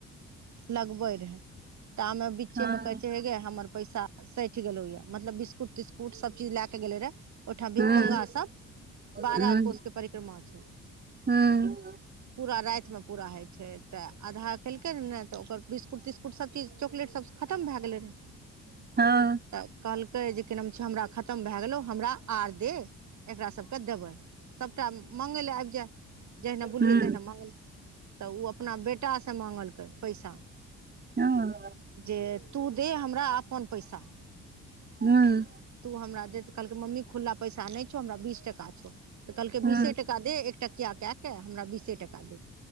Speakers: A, on the right; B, on the right.
A: लगबे रहे तामे बीचे
B: हँ
A: मे कहे छै हे गे हमर पैसा सठि गेलो या मतलब बिस्कुट बिस्कुट सब चीज लए के गेले रहे ओहिठाम भीखम्ंगा
B: हूँ
A: सब बारहकोषके
B: हूँ
A: परिक्रमा छै
B: हूँ
A: पूरा रातिमे पूरा होइ छै तऽ आधा केलकै ह ने तऽ ओकर बिस्कुट तिस्कुट सभचीज चॉकलेटसभ खतम भए गेलै रहऽ
B: हँ हूँ हँ
A: तऽ कहलकै जे क न छै हमरा खतम भए गेलौ हमरा आर दे एकराास सभकेँ देबै सभटा मङ्गय लेलए आबि जाय जहिना बुलियै
B: हूँ हूँ
A: तहिना मङ्गल तऽ ओ अपना बेटाासँ माँगलकै पैसा
B: हँ
A: जे तू दे हमरा अपन पैसा
B: हुँ
A: तू हमरा दे तऽ कहलकै मम्मी खुल्ला पैसा नहि छौ हमरा बीस टका छौ तऽ कहलकै
B: हूँ
A: बीसे टका दे टकिया दय के हमरा बीसे ट दे